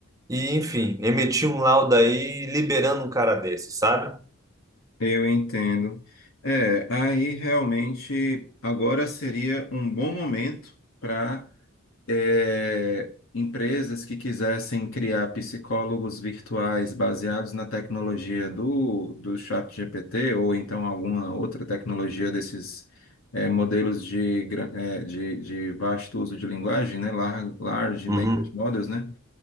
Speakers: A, on the right (about 15°); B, on the left (about 65°).
A: E, enfim, emitiu um laudo aí liberando um cara desse, sabe?
B: Eu entendo. É, aí realmente agora seria um bom momento. para é, empresas que quisessem criar psicólogos virtuais baseados na tecnologia do, do chat GPT ou então alguma outra tecnologia desses é, modelos de, gra- é, de, de vasto uso de linguagem, né? Lar- Large,
A: Uhum.
B: Language Models, né?